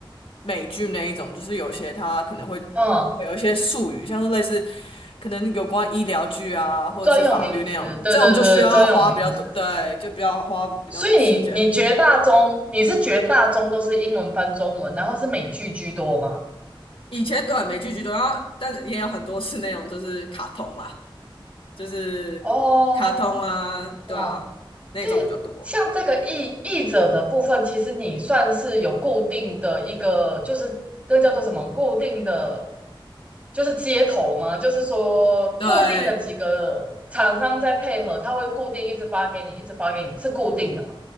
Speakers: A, on the left; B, on the right.
A: 美剧那一种，就是有些它可能会
B: 嗯，
A: 会有一些术语，像是类似可能有关医疗剧啊，或者是法律那样，
B: 专有名词，对对对，
A: 这种就需要花比较多，
B: 对专有名词。
A: 对，就比较花比较多时间。
B: 所以你你绝大中，你是绝大中都是英文翻中文，然后是美剧居多吗？
A: 以前对啊美剧居多，然后但是也有很多是那种就是卡通嘛，就是卡通啊，
B: 哦，哇，
A: 对啊，那种比较多。
B: 这像这个译译者的部分，其实你算是有固定的一个，就是这个叫做什么固定的就是接头吗？就是说固定的几个厂商在配合，
A: 对
B: 他会固定一直发给你，一直发给你，是固定的吗？